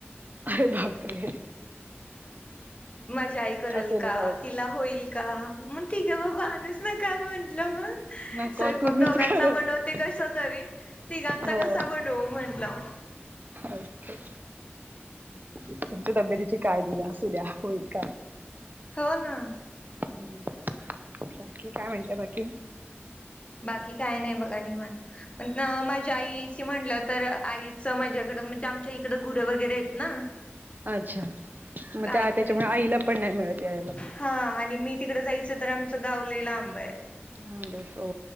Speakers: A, on the right; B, on the left.
A: अरे बापरे
B: माझी आई करेल
A: असू दे
B: का?
A: जाऊ दे
B: तिला होईल का? मग ठीक आहे बाबा माणुस मी काय म्हंटलं मग
A: नको
B: स्वयंपाक
A: तुम्हीच
B: दोघांचा
A: करत
B: बनवते कसतरी. तिघांचा
A: हो
B: कसा बनवू म्हंटलं.
A: अच्छा. तुमच्या तब्येतीची काळजी घ्या असू द्या होईल काम
B: कहो ना.
A: हम्म. बाकी काय म्हणता बाकी?
B: बाकी काय नाही बघा निवांत, पण माझ्या आईची म्हटलं तर आई च माझ्याकडं म्हणजे आमच्या इकडं गुरं वगैरे आहेत ना.
A: अच्छा मग ते
B: आईकडे
A: त्याच्यामुळे आईला पण नाही मिळते यायला.
B: हा आणि मी तिकडं जायचं तर आमचं गाव लई लांब आहे.
A: <unintelligible> हो.